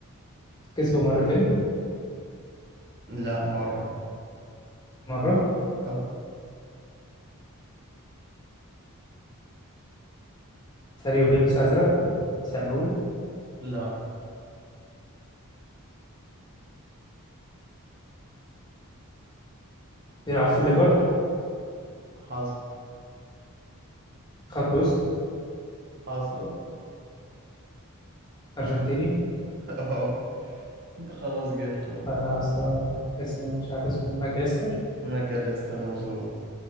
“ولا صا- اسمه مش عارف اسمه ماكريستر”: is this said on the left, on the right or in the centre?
Left